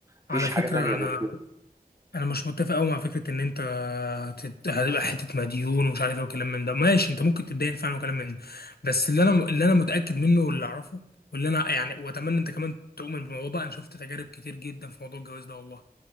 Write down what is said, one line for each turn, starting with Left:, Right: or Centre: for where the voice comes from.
Right: فيش
Left: على فكرة
Right: حاجة تانية
Left: أنا
Right: غير كده
Left: انا مش متفق قوي مع فكره ان انت هتت- هتبقى حته مديون ومش عارف ايه وكلام من ده ماشي انت ممكن تتدين فعلا وكلام من ده بس اللي انا اللي انا متاكد منه واللي اعرفه واللي انا يعني واتمنى انت كمان تؤمن بالموضوع ده انا شفت تجارب كتير جدا في موضوع الجواز ده والله